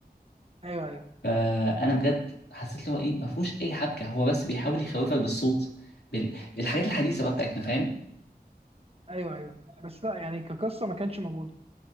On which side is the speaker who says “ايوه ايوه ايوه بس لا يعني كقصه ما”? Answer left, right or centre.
Right